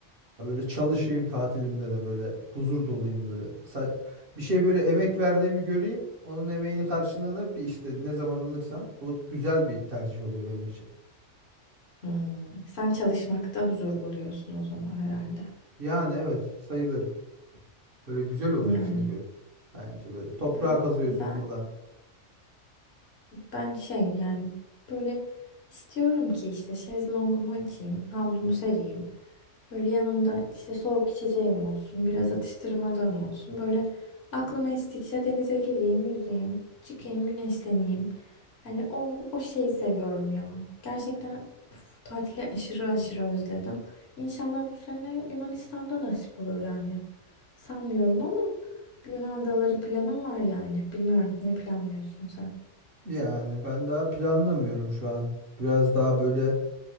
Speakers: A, on the right (about 50°); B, on the left (about 60°).
A: Ya böyle çalışayım tatilimde de böyle huzur dolayım böyle. Sa- Bir şey böyle emek verdiğimi göreyim. Onun emeğini karşılığını bir işte ne zaman alırsam bu güzel bir tercih oluyor benim için.
B: Hmm, sen çalışmakta huzur buluyorsun o zaman herhalde.
A: Yani evet sayılır. Böyle güzel oluyor
B: Yani
A: çünkü. Bence böyle toprağa
B: ben
A: kazıyorsun
B: ben
A: falan.
B: ben şey yani böyle istiyorum ki işte şezlongumu açayım, havlumu sereyim. Böyle yanımda işte soğuk içeceğim olsun, biraz atıştırmalığım olsun. Böyle aklıma estikçe denize gireyim, yüzeyim, çıkayım, güneşleneyim. Hani o, o şeyi seviyorum ya. Gerçekten üf, tatili aşırı aşırı özledim. İnşallah bu sene Yunanistan'da nasip olur yani. Sanmıyorum ama bir Yunan adaları planım var yani. Bilmiyorum ne planlıyorsun sen?
A: Yani ben daha planlamıyorum şu an. Biraz daha böyle